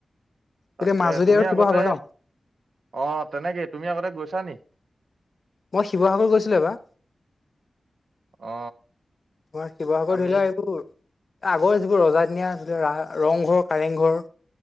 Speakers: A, on the right; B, on the left.
A: তাকে,
B: এতিয়া মাজুলী
A: তুমি
B: আৰু
A: আগতে,
B: শিৱসাগৰ ন
A: অ, তেনেকে তুমি আগতে গৈছা নেকি?
B: মই শিৱসাগৰ গৈছিলো এবাৰ।
A: অ,
B: মই শিৱসাগৰ
A: আমি
B: ধৰিলোৱা এইবোৰ আগৰ যিবোৰ ৰজাদিনীয়া আছিলে, ৰংঘৰ, কাৰেংঘৰ,